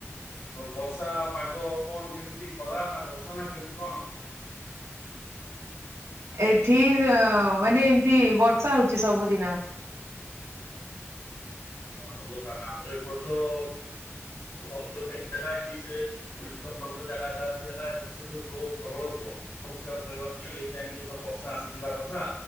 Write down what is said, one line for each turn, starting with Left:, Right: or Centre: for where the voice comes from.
Left: ବର୍ଷା ପାଗ କଣ କେମିତି? ମିତି ଖରା ନା ବର୍ଷା ନା କେମିତି କଣ?
Right: ଏଠି ଅ ମାନେ ଏମତି ବର୍ଷା ହଉଛି ସବୁଦିନ।
Left: ସ ଭଲ ତାହଲେ ଆମର ଏପଟେ ତ ଭଦ୍ରକ ସାଇଡ ହେଲା କି ସେ <unintelligible> ଜାଗା ଯାହା ବି ହେଲା ଏ ବର୍ଷ ତ ଯୋଉ ପ୍ରବଳ <unintelligible> ଆଉ କହିବାକୁ ନାଇଁ ଏଇ ଟାଇମରେ ତ ବର୍ଷା ଆସିଯିବା କଥା